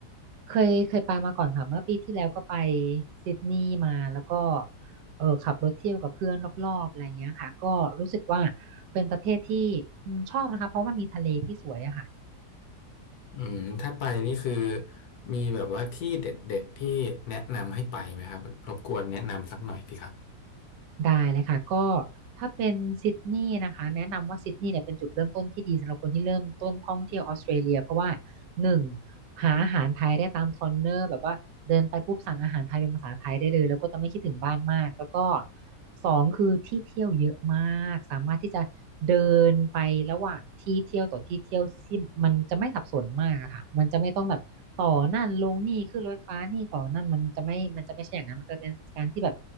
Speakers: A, on the right; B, on the left.
A: เคยเคยไปมาก่อนค่ะเมื่อปีที่แล้วก็ไปซิดนีย์มาแล้วก็เออขับรถเที่ยวกับเพื่อนรอบๆอะไรเงี้ยค่ะก็รู้สึกว่าเป็นประเทศที่อืมชอบนะคะเพราะมันมีทะเลที่สวยอะค่ะ
B: อืมถ้าไปนี่คือมีแบบว่าที่เด็ดๆที่แนะนำให้ไปไหมครับรบกวนแนะนำสักหน่อยสิครับ
A: ได้เลยค่ะก็ถ้าเป็นซิดนีย์นะคะแนะนำว่าซิดนีย์เนี่ยเป็นจุดเริ่มต้นที่ดีสำหรับคนที่เริ่มต้นท่องเที่ยวออสเตรเลียเพราะว่า หนึ่งหาอาหารไทยได้ตามคอร์เนอร์แบบว่าเดินไปปุ๊บสั่งอาหารไทยเป็นภาษาไทยได้เลยแล้วก็จะไม่คิดถึงบ้านมากแล้วก็สองคือที่เที่ยวเยอะมากสามารถที่จะเดินไประหว่างที่เที่ยวต่อที่เที่ยวซิ่งมันจะไม่สับสนมากอะค่ะมันจะไม่ต้องแบบต่อนั่นลงนี่ขึ้นรถไฟฟ้านี่ต่อนั่นมันจะไม่มันจะไม่ใช่อย่างนั้นมันจะเป็นการที่แบบ